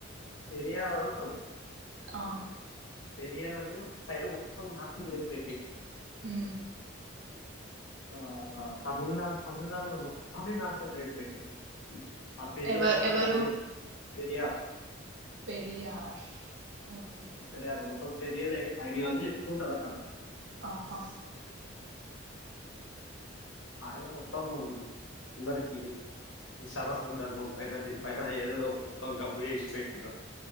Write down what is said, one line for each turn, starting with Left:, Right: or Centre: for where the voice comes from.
Left: పిర్యాల అంటారు
Right: ఆ
Left: తెరియని సైడ్ ఒక్క మార్త్రం లే పెట్టిట్టు
Right: ఉ
Left: ఆ ఆ తమిళనాడు తమిళనాడులో ము భారి నాటకం చేసి పెట్టిన్రు. ఆ పెరియ
Right: ఎవ
Left: ఐడియాలజీ
Right: ఎవరు
Left: పెరియాప్
Right: పెరియార్ ఓకే
Left: అ ఆరు మొత్తం పెరిద ఐడియాలజీ ఉంటాదక్కడ
Right: ఆహా
Left: ఆయన మొత్తం అందరికి ఈ సనాతన ధర్మం పైన దీని పైన ఏదో ఒ మొత్తం గబ్బు చేశి పెట్టినవ్